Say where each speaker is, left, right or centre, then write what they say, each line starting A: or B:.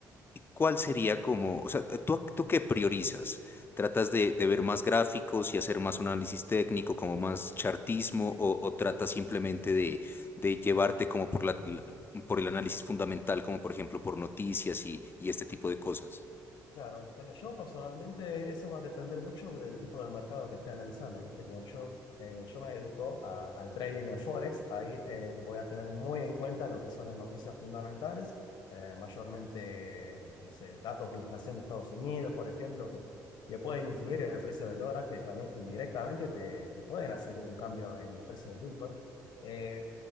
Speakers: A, on the left; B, on the left.
A: ¿Cuál sería como, o sea, tú, tú qué priorizas? ¿Tratas de, de ver más gráficos y hacer más un análisis técnico, como
B: Mm,
A: más chartismo,
B: Sí.
A: o, o tratas simplemente de, de llevarte como por la, la- por el análisis fundamental, como por ejemplo por noticias y, y este tipo de cosas?
B: Claro, eh, yo personalmente eso va a depender mucho del tipo de mercado que esté analizando, ¿viste? Como yo, eh, yo me dedico a- al trading en Forex, ahí eh, voy a tener muy en cuenta lo que son las noticias fundamentales, eh, mayormente, no sé, datos de inflación de Estados Unidos, por ejemplo, que que pueden influir en el precio del dólar, que también indirectamente te, te pueden hacer un cambio en el precio del Bitcoin. Eh,